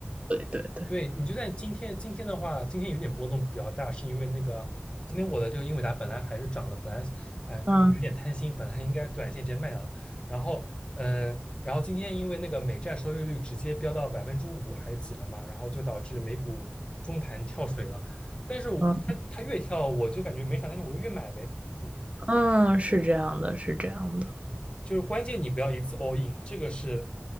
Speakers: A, on the right (about 35°); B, on the left (about 25°).
A: 对对对，
B: 对，你就在今天，今天的话，今天有点波动比较大，是因为那个今天我的这个英伟达本来还是涨的，本来哎就是有点贪心，
A: 嗯
B: 本来应该短线直接卖掉的，然后嗯、呃然后今天因为那个美债收益率直接飙到百分之五还是几了嘛，然后就导致美股中盘跳水了，但是我它它越跳我就感觉没啥，
A: 嗯
B: 但是我又越买呗，嗯，
A: 嗯，是这样的，是这样的。
B: 就是关键你不要一次 all in，这个是